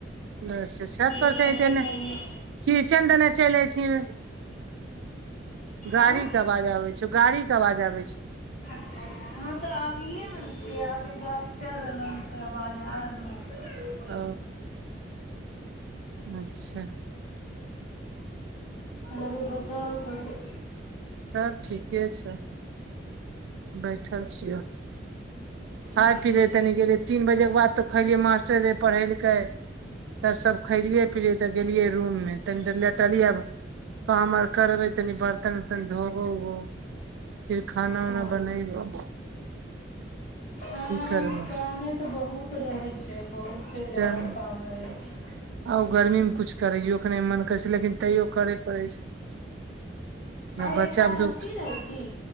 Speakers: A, on the right; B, on the left.
A: अच्छा छत पर
B: <unintelligible>
A: किचन
B: पर ये
A: दने चलि ऐतही रहे गाड़ी
B: आँय
A: के अवाज आबै छौ गाड़ी के अवाज आबै छौ
B: हँ, तऽ आगैयेमे न छीयै आगे गाड़ी चलि रहलौ हन तऽ आबाज आ रहलौ हन।
A: ओ अच्छा
B: आरो बताउ तब
A: सब ठीके छै बैठल छियो
B: हूँ
A: खाय पी रहे तनी गेलियै तीन बजे के बाद तऽ खैलियै मास्टर एलय पढ़ेलकै तब सभ खेलियै-पिलियै, तऽ गेलियै रूममे आ तनि देर लेटलियै आब काम आर करबै तनी बर्तन उरतन धोबौ उबौ फिर खाना उना
B: ओ
A: बनैबौ
B: हँ
A: करबो
B: कामे तऽ बहुत रहै छै बहुते जादा
A: तऽ
B: काम रहै छै
A: आ गर्मीमे किछु करैयोके मन नहि करै छै। लेकिन तैयो करए पड़ै छै।
B: आइ
A: <inaudible> बच्चा
B: एकादशी
A: भूख
B: रहै की